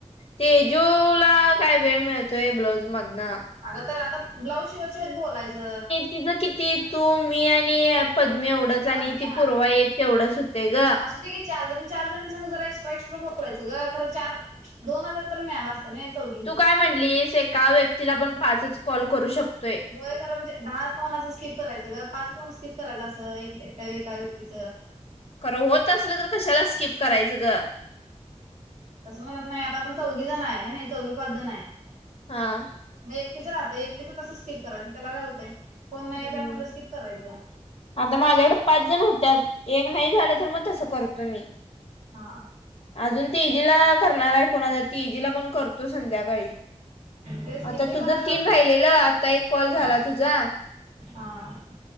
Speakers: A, on the left; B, on the right.
A: तेजू ला काय वेळ मिळतोय ब्लाऊज मधन.
B: अगं तर आता ब्लाऊज शिवा-शिवत बोलायचं.
A: तिथं किती? तू मी आणि पद्मी एवढं.
B: पद्मी
A: आणि ती पूर्वा एक तेवढंच होतंय ग.
B: होते की चारजण चार जण संगं जरा एक्स्ट्राक्ट्रा बोलावायचं ग खरं चार दोन हजार तर मिळालाअसत. <unintelligible>
A: तू काय म्हणलीस एका व्यक्तीला आपण पाचच कॉल करू शकतोय.
B: होय खर म्हणजे दहा फोन असं स्किप करायचं का पाच फोन स्किप करायचं असंट्या एका व्यक्तीच.
A: खरं होत असलं तर कशाला स्किप करायचं ग.
B: तसं म्हणत नाही आता आपण चौघ जण आहे. हा नाही चौवी पाच जण आहे.
A: हा.
B: मग एकटीचं राहतं एकटीचं तसं स्किप करायचं त्याला काय होतंय फोन नाहीचय
A: हम्म
B: म्हटलं स्किप करायचं.
A: आता माझ्याकड पाच जण होत्या एक नाही झालं तर मग तसं करतो. मी
B: हां
A: अजून ते एजीला करणार आहे फोना ती एजीला पण करतो संध्याका
B: तेच
A: आता
B: किती
A: तुझं
B: पण असं
A: तीन भाहिलेलं आता एक कॉल झाला
B: हा
A: तुझा
B: हा